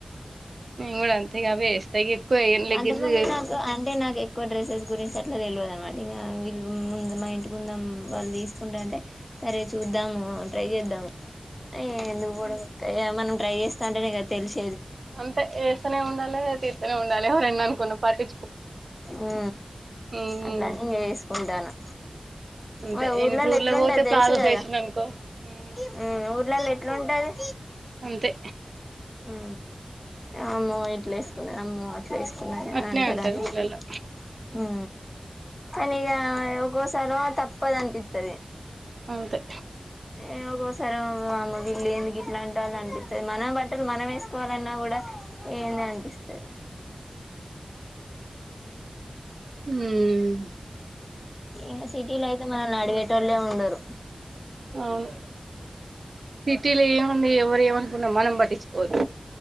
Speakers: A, on the right (about 70°); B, on the left (about 25°).
A: మేము కూడా అంతేకా అవే వేస్తా తగే కొని లెగిన్స్
B: అంతకుముందు నాకు అంటే నాకు ఎక్కువ డ్రెస్సెస్ గురించి అట్లా తెలియదునమాట ఇంకా వీళ్ళ ముందు మా ఇంటి ముందు వాళ్ళు తీసుకుంటు అంటే సరే చూద్దాము ట్రై చేద్దాము ఎందుకు కూడా మనం ట్రై చేస్తా అంటేనే తెలుస్
A: అంత ఏస్తనే ఉండాలి తీస్తనే ఉండాలి రెం ఉన్ పాటీ
B: ఉ
A: ఉమ్
B: అట్లా అని చేసుకుంటాను
A: అంతే
B: మన
A: నేను
B: ఊర్లలో
A: ఇప్పుడు ఊర్లో
B: ఎట్లుంటది
A: పోతే
B: తెలుసు
A: ప్లాజోస్
B: కదా
A: వేసిన అనుకో హ్మ్
B: హు ఊర్లలో ఎట్లుంటది
A: అంతే
B: హు అమ్మో ఇట్లు వేసుకున్నది అమ్మో వేసుకున్నది అని
A: అట్నే
B: అంటారు అని
A: ఊర్లలో
B: హు కానీ ఇగా ఒక్కోసారి తప్పదు అనిపిస్తుది
A: అంతే
B: ఏ ఒక్కోసారి వామ్మో వీళ్ళు ఎందుకు ఇట్లా అంటాలు అనిపిస్తుంది మనం బట్టలు మనం వేసుకోవాలన్నా కూడా ఏంది అని పిస్తది
A: ఉహు
B: ఇంకా సిటీలో అయితే మనల్ని అడిగేటోలే ఉండరు
A: అవును సిటీలో ఏముంది ఎవరు ఏమనుకున్నా మనం పట్టించుకోవదు